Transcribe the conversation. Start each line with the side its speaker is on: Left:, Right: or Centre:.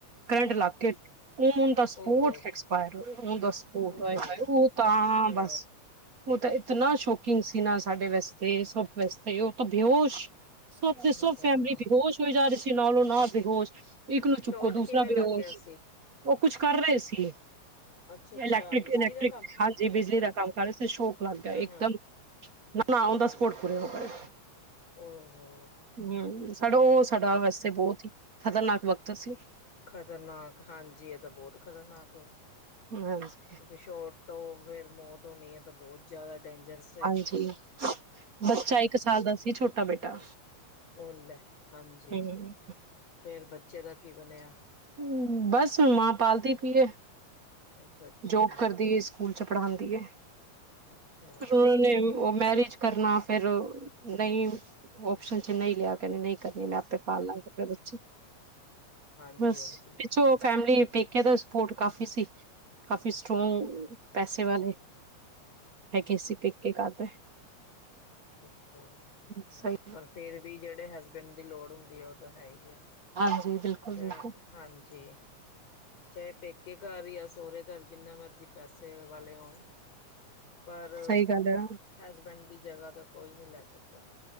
Right: ਕਰੰਟ ਲਗਕੇ ਔਨ ਦਾ
Left: ਓ
Right: ਸਪੋਰਟ
Left: ਹੋ।
Right: ਐਕਸਪਾਏਰ ਹੋਏ ਔਨ ਦਾ ਸਪੋ
Left: ਓਹੋ
Right: ਏ, ਏ ਉਹ ਤਾਂ।
Left: ਅੱਛਾ
Right: ਬਸ ਉਹ ਤਾਂ ਇਤਨਾ ਸ਼ੌਕਿੰਗ ਸੀ ਨਾ ਸਾਡੇ ਵਾਸਤੇ, ਸਭ ਵਾਸਤੇ, ਉਹ ਤਾਂ ਬੇਹਸ਼ ਸਭ ਦੇ ਸਭ
Left: ਹਾਂ
Right: ਫੈਮਿਲੀ ਬੇਹੋਸ਼ ਹੋਈ ਜਾ ਰਹੀ ਸੀ, ਨਾਲੋਂ- ਨਾਲ ਬੇਹੋਸ਼। ਇੱਕ ਨੂੰ
Left: ਸ਼ੋਟ
Right: ਚੁੱਕੋ ਦੂਸਰਾ
Left: ਕਿਵੇਂ ਲੱਗ
Right: ਬੇਹੋਸ਼,
Left: ਗਿਆ ਸੀ
Right: ਉਹ ਕੁਛ ਕਰ ਰਏ ਸੀ।
Left: ਅੱਛਾ ਅੱਛਾ
Right: ਇਲੈਕਟ੍ਰਿਕ-ਇਲੈਕਟ੍ਰਿਕ
Left: ਬਿਜਲੀ ਦਾ ਕੰਮ
Right: ਹਾਂਜੀ, ਬਿਜਲੀ ਦਾ
Left: ਹਾਂਜੀ
Right: ਕੰਮ ਕਰ ਰਏ ਸੀ, ਸ਼ੌਟ ਲੱਗ ਗੇਆ
Left: ਹਾਂ
Right: ਇੱਕਦਮ।
Left: ਹਾਂ
Right: ਨਾ-ਨਾ ਔਨਦਾਸਪੋਰਟ ਪੂਰੇ ਹੋ ਗਏ।
Left: ਓਹ ਹੋ।
Right: ਹਮ ਸਾਡਾ, ਓਹ ਸਾਡਾ, ਵੈਸੇ ਬੋਤ ਹੀ, ਖ਼ਤਰਨਾਕ ਵਕਤ ਸੀ।
Left: ਖ਼ਤਰਨਾਕ ਹਾਂਜੀ, ਏਹ ਤਾਂ ਬੋਤ ਖਤਰਨਾਕ ਹੋ
Right: ਹਾਂਜੀ।
Left: ਕਿਉਕੀ ਸ਼ੋਰਟ ਤੋਂ ਫੇਰ ਮੌਤ ਹੋਣੀ ਆ, ਏ ਤਾਂ ਬੋਤ ਜ਼ਾਦਾ ਡੇਂਜਰ ਸੀ।
Right: ਹਾਂਜੀ। ਬੱਚਾ ਇੱਕ ਸਾਲ ਦਾ ਸੀ, ਛੋਟਾ ਬੇਟਾ।
Left: ਓਹ ਲੈ ਹਾਂਜੀ।
Right: ਹਮ
Left: ਫੇਰ ਬੱਚੇ ਦਾ ਕੀ ਬਣੇਆ।
Right: ਹੂੰ ਬਸ ਹੁਣ ਮਾਂ ਪਾਲਦੀ ਪੂਈ ਏ,
Left: ਅੱਛਾ ਅੱਛਾ
Right: ਜੋਬ ਕਰਦੀ ਏ ਸਕੂਲ ਚ' ਪੜ੍ਹਾਦੀ ਏ,
Left: ਅੱਛਾ
Right: ਫੇਰ ਓਹਨਾਂ ਨੇ ਓ ਮੈਰਿਜ, ਕਰਨਾ ਫੇਰ ਨਈ ਓਪਸ਼ਨ ਚ' ਨਈ ਲੇਆ ਕੇ ਨਈ, ਕੇਂਦੀ ਮੈ ਆਪੇ ਪਾਲ ਲਾਂਗੀ ਆਪਣੇ ਬੱਚੇ।
Left: ਹਾਂਜੀ
Right: ਬਸ
Left: ਹਾਂਜੀ
Right: ਪਿੱਛੋ ਫੈਮਲੀ ਪੇਕੇਆਂ ਦਾ ਸਪੋਰਟ ਕਾਫ਼ੀ ਸੀ। ਕਾਫੀ ਸਟਰੋਂਗ ਪੈਸੇ ਵਾਲੇ ਹੈਗੇ ਸੀ, ਪੇਕੇ ਘਰਦੇ।
Left: ਅੱਛਾ-ਅੱਛਾ
Right: ਸਹੀ
Left: ਪਰ ਫੇਰ ਵੀ ਜੇਹੜੇ ਹਸਬੈਂਡ ਦੀ ਲੋੜ ਹੁੰਦੀ ਆ, ਉਹ ਤਾਂ ਹੈ ਹੀ ਆ,
Right: ਹਾਂਜੀ। ਬਿਲਕੁਲ
Left: ਤੇ
Right: ਬਿਲਕੁਲ
Left: ਹਾਂਜੀ। ਚਾਹੇ ਪੇਕੇ ਘਰ ਜਾਂ, ਸਹੁਰੇ ਘਰ, ਜਿੰਨਾ ਮਰਜ਼ੀ ਪੈਸੇ ਵਾਲੇ ਹੋਣ ਪਰ
Right: ਸਹੀ ਗੱਲ ਹੈ।
Left: ਹੈਸਬੈਂਡ ਦੀ ਜਗ੍ਹਾ ਤਾਂ ਕੋਈ ਨਈ ਲੈ ਸਕਦਾ।